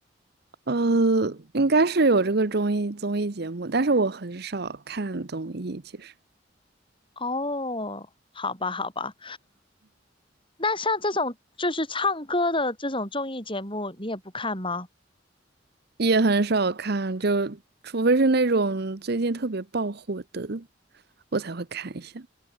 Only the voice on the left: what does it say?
哦，好吧，好吧，那像这种就是唱歌的这种综艺节目，你也不看吗？